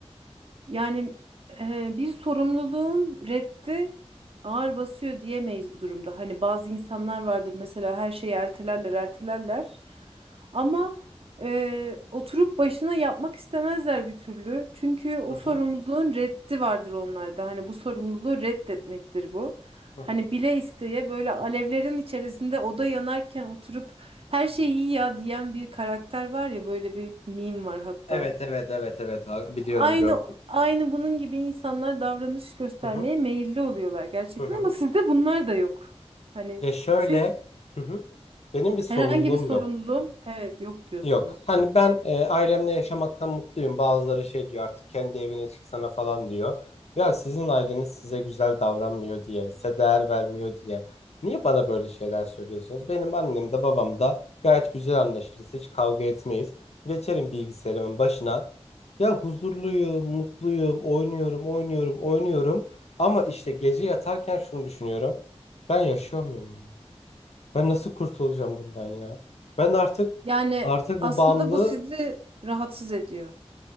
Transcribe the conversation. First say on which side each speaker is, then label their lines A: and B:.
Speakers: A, on the right (about 60°); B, on the left (about 70°).
A: Yani e, bir sorumluluğun reddi ağır basıyor diyemeyiz bu durumda. Hani bazı insanlar vardır mesela her şeyi ertelerler, ertelerler. Ama e, oturup başına yapmak istemezler bir türlü. Çünkü o
B: Hı hı.
A: sorumluluğun reddi vardır onlarda. Hani bu sorumluluğu reddetmektir bu.
B: Hı hı.
A: Hani bile isteye böyle alevlerin içerisinde oda yanarken oturup her şey iyi ya diyen bir karakter var ya böyle bir meme var hatta
B: Evet evet evet evet Ha- biliyorum
A: aynı
B: gördüm.
A: aynı bunun gibi insanlar davranış göstermeye
B: Hı hı.
A: meyilli oluyorlar gerçekten
B: Hı hı.
A: ama sizde bunlar da yok. Hani
B: Ya şöyle
A: siz
B: Hı hı. benim bir sorumluluğum
A: herhangi bir sorumluluğum
B: yok.
A: evet yok diyorsunuz.
B: Yok. Hani ben e, ailemle yaşamaktan mutluyum. Bazıları şey diyor artık kendi evine çıksana falan diyor. Ya sizin aileniz size güzel davranmıyor diye, size değer vermiyor diye. Niye bana böyle şeyler söylüyorsunuz? Benim annem de babam da gayet güzel anlaşırız. Hiç kavga etmeyiz. Geçerim bilgisayarımın başına. Ya huzurluyum, mutluyum, oynuyorum, oynuyorum, oynuyorum. Ama işte gece yatarken şunu düşünüyorum. Ben yaşıyor muyum ya? Ben nasıl kurtulacağım bundan ya? Ben artık
A: Yani
B: artık bu
A: aslında
B: bağımlılığı
A: bu sizi rahatsız ediyor.